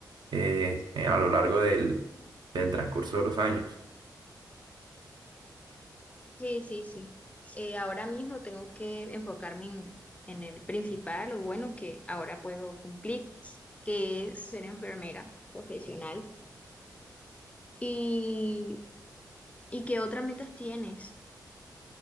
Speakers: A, on the right; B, on the left.
A: eh, eh, a lo largo del, del transcurso de los años.
B: Sí, sí, sí. Eh, ahora mismo tengo que enfocarme en, en el principal o bueno, que ahora puedo cumplir, que es ser enfermera profesional. ¿Y, y qué otras metas tienes?